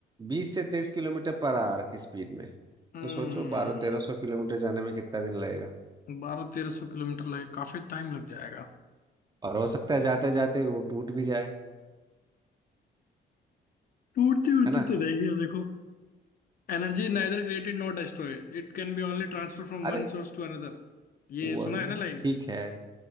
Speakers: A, on the right; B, on the left.
A: बीस से तेईस किलोमीटर पर आवर की स्पीड में
B: हम्म
A: तो सोचो बारह तेरह सौ किलोमीटर जाने में कितना दिन लगेगा
B: बारह तेरह सौ किलोमीटर लगे काफी टाइम लग जाएगा
A: और हो सकता है जाते जाते वो टूट भी जाए
B: टूटती उड़ती
A: है ना
B: तो नहीं है देखो Energy neither created not destroyed it can be only transfer from
A: अरे
B: one source to another ये
A: वो
B: सुना है ना लाइन
A: ठीक है